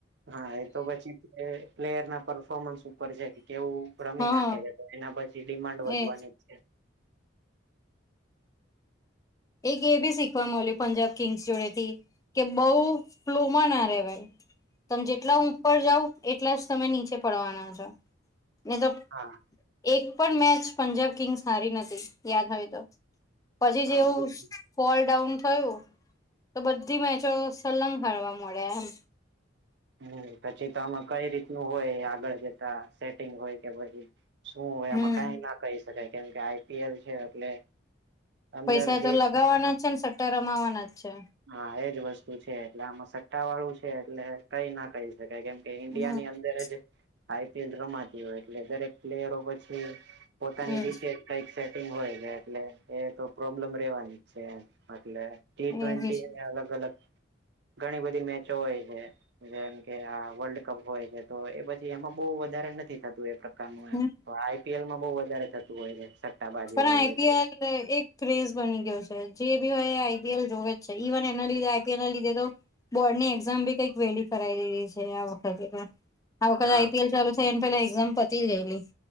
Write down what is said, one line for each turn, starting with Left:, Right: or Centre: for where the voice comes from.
Right: હા એ તો પછી પ્લેયર ના પરફોર્મન્સ ઉપર છે કેવું રમી
Left: હા
Right: નાખે છે તો એના પછી ડિમાન્ડ વધવાની
Left: એ
Right: જ છે
Left: એક એ બી શીખવા માલ્યું પંજાબ કિંગ્સ જોડે થી કે બઉુ ફ્લોમાં ના રેવાય તમે જેટલા ઉપર જાઉં એટલા જ તમે નીચે પડવાના છો ની તો
Right: હા
Left: એક પણ મેચ પંજાબ કિંગ્સ હારી નથી યાદ હોય તો પછી
Right: હા
Left: જેવું
Right: બિલકુલ
Left: ફોલ ડાઉન થયું તો બધી મેચો સલંગ હારવા મળે એમ
Right: હમ્મ પછી તો આમે કઈ રીતનું હોય આગળ જતા સેટિંગ હોય કે શું
Left: હમ
Right: એમાં કઈ ના કહી શકાય કેમ કે આઈપીએલ છે એટલે અંદર
Left: પૈસા તો
Right: દેશને
Left: લગાવવાના જ છે ને સટ્ટા રમાવાના જ છે
Right: હા એજ વસ્તુ છે એટલે આમાં સટ્ટા વાળું છે એટલે કઈ ના કહી શકાય કેમ કે ઈન્ડિયા
Left: હમ
Right: ની અંદર જ આઈપીએલ રમાતી હોય એટલે દરેક પ્લેયરો પછી પોતાની
Left: એજ
Right: રીતે કઈક સેટિંગ હોય છે એટલે એ તો પ્રોબ્લેમ રેવાની છે એટલે ટી ટ્વેન્ટી
Left: એવી છે
Right: અલગ અલગ ઘણી બધી મેચો હોય છે જેમ કે આ વર્લ્ડ કપ હોય છે તો એ પછી એમાં બહુ વધારે નથી થતું એ પ્રકારનું
Left: હમ
Right: એમ આઈપીએલ માં બહુ વધારે થતું હોય છે સટ્ટાબાજી
Left: પણ
Right: વાળું
Left: આઈપીએલ
Right: એટલે
Left: એક ક્રેઝ બની ગયો છે જે ભી હોય આઈપીએલ જોવે જ છે ઇવન એના લીધે આઈપીએલ લીધે તો બોર્ડ ની એક્ઝામ બી કઈક વેલી કરાવી દીધી છે આ વખતે આ વખતે
Right: હા
Left: આઈપીએલ ચાલુ થાય એને પે એક્ઝામ પતી જ ગયેલી